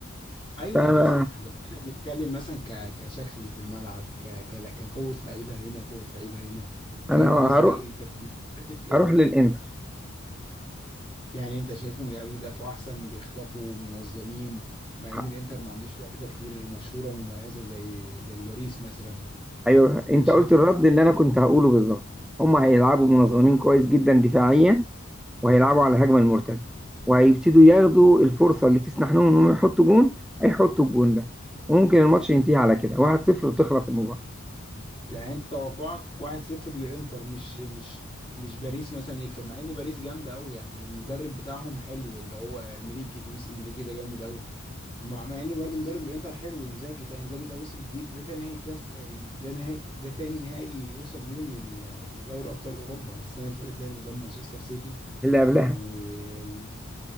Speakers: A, on the left; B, in the centre.
A: ايوه
B: فانا
A: انت صح بس احنا بنتكلم مثلا ك... كشكل في الملعب ك... ك... كقوه لعيبه هنا قوه لعيبه هنا فاهم
B: انا هروح
A: قصدي ايه انت أنت بتحسب كده
B: اروح للانتر
A: يعني انت شايفهم لا بيدافعوا احسن بيخطفوا منظمين مع ان
B: ح-
A: الانتر ما عندوش لعيبه كتير مشهوره ومميزه زي زي باريس مثلا
B: ايوه
A: انت
B: انت
A: شايف
B: قلت الرد
A: ايه
B: اللي انا كنت هقوله بالظبط هم هيلعبوا
A: اللي
B: منظمين
A: هو
B: كويس جدا دفاعيا وهيلعبوا على الهجمه المرتده وهيبتدوا ياخدوا الفرصه اللي تسنح لهم انهم يحطوا جون هيحطوا الجون ده وممكن الماتش ينتهي على كده 1-0 وتخلص المباراه
A: يعني انت توقعك 1-0 للانتر مش مش مش باريس مثلا يكسب مع ان باريس جامده قوي يعني المدرب بتاعهم حلو اللي هو انريكي لويس انريكي ده جامد قوي مع, مع ان برضه مدرب الانتر حلو انزاجي ده انزاجي ده وصل دي ده تاني نهائي كاس ده نهائي ده تاني نهائي يوصل بيهم لل- لدوري ابطال اوروبا السنه اللي فاتت لعبوا قدام مانشستر سيتي
B: اللي قبلها
A: و و-